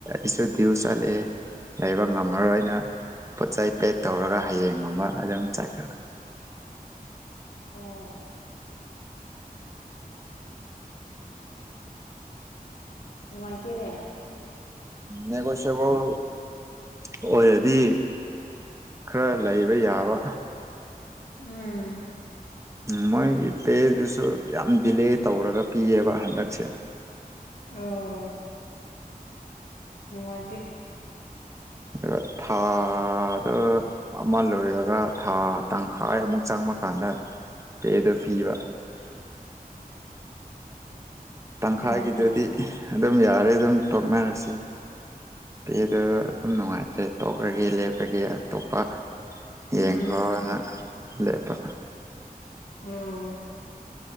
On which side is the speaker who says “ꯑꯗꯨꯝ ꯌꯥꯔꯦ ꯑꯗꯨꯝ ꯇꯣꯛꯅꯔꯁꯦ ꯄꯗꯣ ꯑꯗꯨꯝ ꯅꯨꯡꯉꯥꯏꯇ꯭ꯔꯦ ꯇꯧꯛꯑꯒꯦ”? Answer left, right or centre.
Right